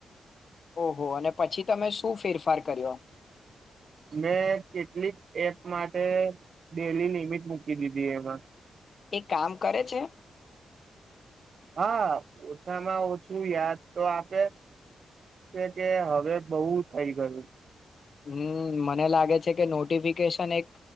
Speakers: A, on the left; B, on the right.
A: ઓહો અને પછી તમે શું ફેરફાર કર્યો?
B: મેં કેટલીક એપ માટે ડેલી લિમિટ મૂકી દીધી એમાં.
A: એ કામ કરે છે?
B: હા ઓછામાં ઓછું યાદ તો આપે કે કે હવે બહુ થઈ ગયું.
A: હમ મને લાગે છે કે નોટિફિકેશન એક